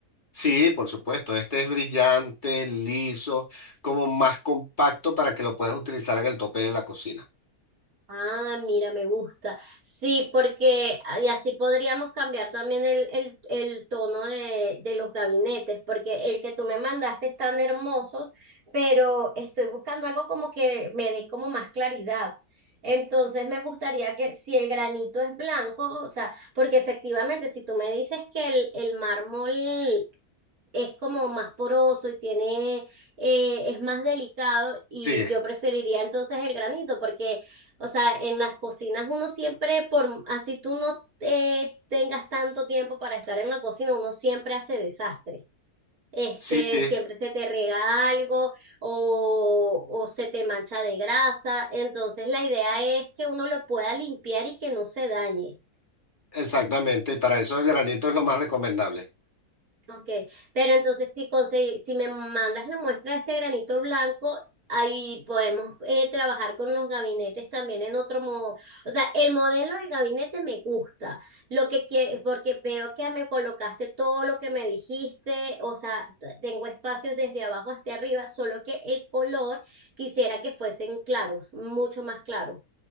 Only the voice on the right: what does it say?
Ah, mira, me gusta. Sí, porque ah, y así podríamos cambiar también el, el, el tono de, de los gabinetes, porque el que tú me mandaste están hermosos, pero estoy buscando algo como que me dé como más claridad. Entonces me gustaría que si el granito es blanco, o sea, porque efectivamente si tú me dices que el, el mármol es como más poroso y tiene, eh, es más delicado y
yo preferiría entonces el granito porque, o sea, en las cocinas uno siempre, por, así tú no eh, tengas tanto tiempo para estar en la cocina, uno siempre hace desastre. Este,
siempre se te riega algo o, o se te mancha de grasa. Entonces la idea es que uno lo pueda limpiar y que no se dañe.
Ok, pero entonces si consegui- si me mandas la muestra de este granito blanco, ahí podemos eh, trabajar con los gabinetes también en otro modo. O sea, el modelo del gabinete me gusta, lo que quie- porque veo que me colocaste todo lo que me dijiste, o sea, t- tengo espacios desde abajo hacia arriba, solo que el color quisiera que fuesen claros, mucho más claros.